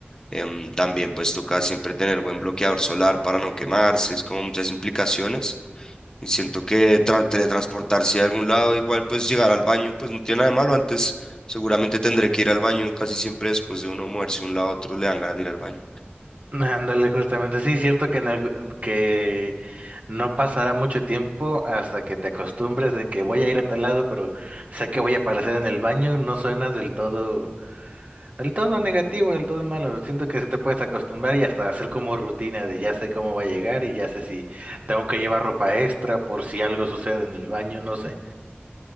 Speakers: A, on the left; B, on the right.
A: em, también, pues, toca siempre tener buen bloqueador solar para no quemarse. Es como muchas implicaciones. Y siento que tra- teletransportarse a algún lado, igual pues llegar al baño, pues no tiene nada de malo. Antes seguramente tendré que ir al baño, casi siempre después de uno moverse de un lado a otro le dan ganas de ir al baño.
B: Ándale, justamente. Sí, es cierto que, en algu- que no pasará mucho tiempo hasta que te acostumbres en que voy a ir a tal lado, pero sé que voy a aparecer en el baño. No suena del todo, del todo negativo, del todo malo. Siento que se te puedes acostumbrar y hasta hacer como rutina de ya sé cómo va a llegar y ya sé si tengo que llevar ropa extra por si algo sucede en el baño, no sé.